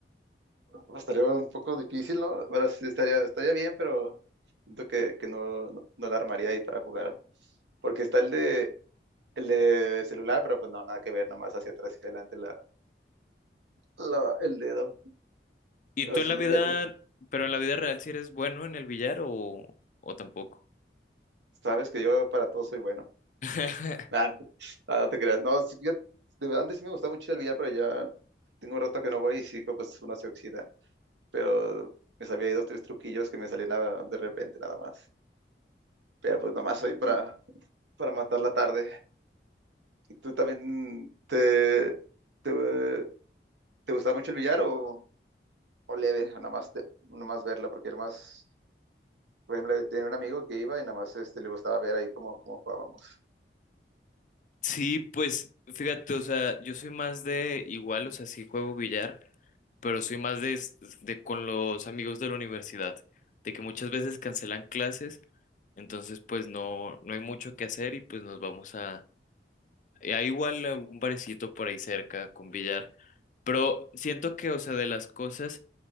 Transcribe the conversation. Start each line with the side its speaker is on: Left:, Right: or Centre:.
Right: Pues, Estaría un poco difícil, ¿no? Bueno, sí, estaría, estaría bien, pero siento que, que no, no, no la armaría ahí para jugar. Porque está el de, el de celular, pero pues no, nada que ver, nomás hacia atrás y hacia adelante la, la- el dedo.
Left: ¿Y
Right: Pero
Left: tú en
Right: sí,
Left: la
Right: le
Left: vida,
Right: vi, fíjate,
Left: pero en la vida real, si eres bueno en el billar o, o tampoco?
Right: sabes que yo para todo soy bueno. <laughs>
Left: <laughs>
Right: Nah, nah, no te creas. No, sí, fíjate, de verdad, antes sí me gustaba mucho el billar, pero ya tengo un rato que no voy y sí, pues uno se oxida. Pero me sabía ahí dos, tres truquillos que me salían nada- de repente nada más. Pero pues nomás soy para, para matar la tarde. ¿Y tú también te, te, te gustaba mucho el billar o, o leve? O nada más, de, nada más verla, porque nada más, por ejemplo, tenía un amigo que iba y nada más este, le gustaba ver ahí cómo, cómo jugábamos.
Left: Sí, pues fíjate, o sea, yo soy más de igual, o sea, sí juego billar, pero soy más de, s- de con los amigos de la universidad, de que muchas veces cancelan clases, entonces pues no, no hay mucho que hacer y pues nos vamos a... y Hay igual algún barecito por ahí cerca con billar, pero siento que, o sea, de las cosas...